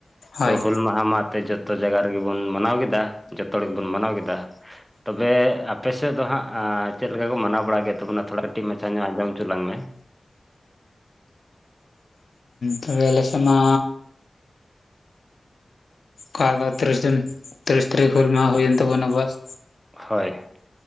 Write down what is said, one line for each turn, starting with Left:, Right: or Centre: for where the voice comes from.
Left: ᱦᱳᱭ
Centre: ᱛᱚ ᱦᱩᱞ ᱢᱟᱦᱟ ᱢᱟᱛᱮ ᱡᱚᱛᱚ ᱡᱟᱭᱜᱟ ᱨᱮᱜᱮ ᱵᱚᱱ ᱢᱟᱱᱟᱣ ᱠᱮᱫᱟ ᱡᱚᱛᱚ ᱦᱚᱲᱜᱮᱵᱚᱱ ᱢᱟᱱᱟᱣ ᱠᱮᱫᱟ ᱾ ᱛᱚᱵᱮ ᱟᱯᱮ ᱥᱮᱫ ᱫᱚ ᱦᱟᱸᱜ ᱪᱮᱫᱠᱟ ᱠᱚ ᱢᱟᱱᱟᱣ ᱵᱟᱲᱟ ᱠᱮᱫ ᱛᱟᱵᱚᱱᱟ ᱛᱷᱚᱲᱟ ᱠᱟᱹᱴᱤᱡ ᱢᱟᱪᱷᱟ ᱧᱚᱜ ᱟᱸᱡᱚᱢ ᱦᱚᱪᱚ ᱞᱟᱝ ᱢᱮ ᱾
Left: ᱛᱚᱵᱮ ᱟᱞᱮ ᱥᱮᱫ ᱢᱟ ᱚᱠᱟ ᱫᱚ ᱛᱤᱨᱤᱥ ᱡᱩᱱ ᱛᱤᱨᱤᱥ ᱛᱟᱹᱨᱤᱠᱷ ᱦᱩᱞ ᱢᱟᱦᱟ ᱦᱩᱭᱮᱱ ᱛᱟᱵᱚᱱᱟ ᱵᱟᱥ ᱾
Centre: ᱦᱳᱭ